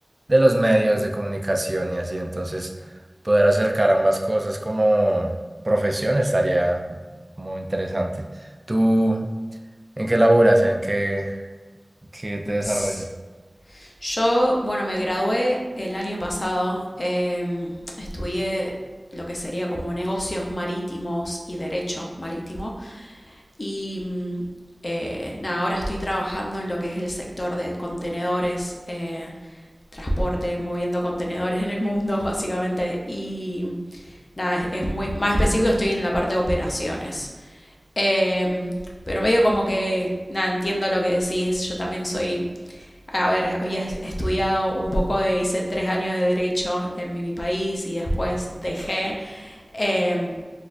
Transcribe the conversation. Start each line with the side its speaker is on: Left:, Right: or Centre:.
Right: de los medios de comunicación y así, entonces poder acercar ambas cosas como profesión estaría como interesante. ¿Tú en qué laburas? ¿En qué, qué te desarrollas?
Left: Ps. Yo, bueno, me gradué el año pasado, em, estudié lo que sería como negocios marítimos y derecho marítimo y mm, eh, nada, ahora estoy trabajando en lo que es el sector de contenedores. eh, transporte, moviendo contenedores en el mundo, <laughs> básicamente. Y nada, es, es muy más específico, estoy en la parte de operaciones. Eh, pero medio como que, nada, entiendo lo que decís, yo también soy, a ver, había estudiado un poco de, hice tres años de derecho en mi, mi país y después dejé. Eh,